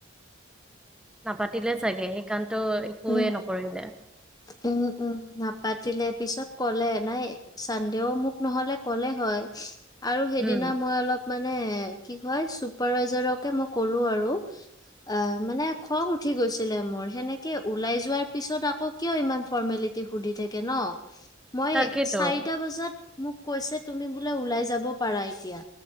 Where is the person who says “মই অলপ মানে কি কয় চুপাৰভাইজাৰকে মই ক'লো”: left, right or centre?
Left